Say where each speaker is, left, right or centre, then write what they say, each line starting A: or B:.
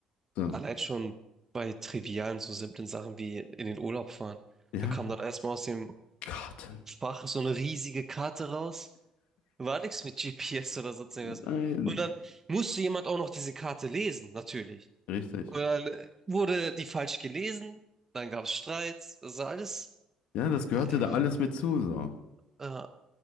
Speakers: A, on the left (about 80°); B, on the right (about 20°).
A: so.
B: Allein schon bei trivialen, so simplen Sachen wie in den Urlaub fahren.
A: ja
B: Da kam dann erstmal aus dem
A: Garten.
B: Fach so eine riesige Karte raus. War nichts mit GPS oder sonst irgendwas.
A: Nein,
B: Und dann musste jemand auch noch diese Karte lesen, natürlich.
A: richtig.
B: Oder äh, wurde die falsch gelesen? Dann gab es Streit. Das war alles.
A: Ja, das gehörte
B: Äh,
A: da alles mit zu. So.
B: äh.